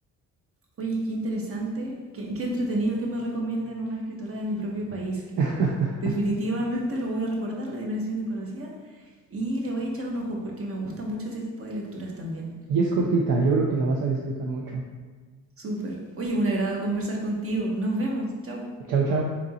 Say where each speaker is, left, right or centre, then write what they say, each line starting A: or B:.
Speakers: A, on the right (about 35°); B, on the right (about 60°).
A: Oye, qué interesante, qué, qué entretenido que me recomienden una escritora de mi propio país. Le,
B: <laughs>
A: definitivamente lo voy a recordar, La Dimensión Desconocida, y le voy a echar un ojo porque me gusta mucho este tipo de lecturas también.
B: Y es cortita, yo creo que la vas a disfrutar mucho.
A: Súper. Oye, un agrado conversar contigo. Nos vemos. Chau.
B: Chao, chao.